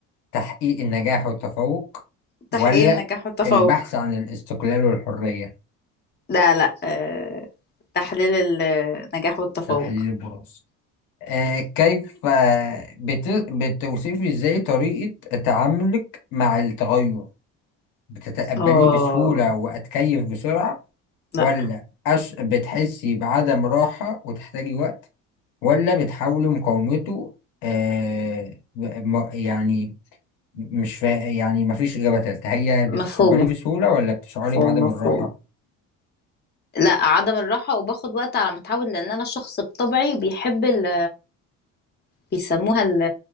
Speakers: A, on the left (about 75°); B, on the left (about 30°).
A: تحقيق النجاح والتفوق ولا
B: تحقيق النجاح والتفوق
A: البحث عن الاستقلال والحرية
B: لا لا أه... تحليل النجاح والتفوق
A: تحليل البراز آه كيف آه بت... بتوصفي إزاي طريقة تعاملك مع التغير بتتقبليه
B: اه
A: بسهولة وأتكيف بسرعة
B: لا
A: ولا أش... بتحسي بعدم راحة وتحتاجي وقت ولا بتحاولي مقاومته آه... ب- م... يعني مش فا... يعني مفيش إجابة تالتة هي
B: مفهوم
A: بتتقبليه بسهولة ولا بتشعري
B: مفهوم
A: بعدم
B: مفهوم
A: الراحة
B: لا عدم الراحة وباخد وقت على ما اتعود لان انا شخص بطبعي بيحب ال... بيسموها ال...